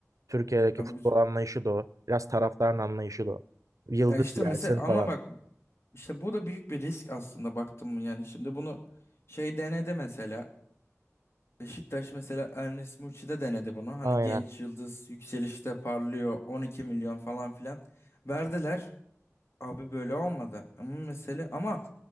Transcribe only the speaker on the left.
Ya
bu
Ya işte
mesela
ama bak işte bu da büyük bir risk aslında baktım mı yani şimdi bunu şey denedi mesela Beşiktaş mesela Ernest Muçi'de denedi bunu hani
genç yıldız yükselişte parlıyor 12 milyon falan filan verdiler abi böyle olmadı ama mesele ama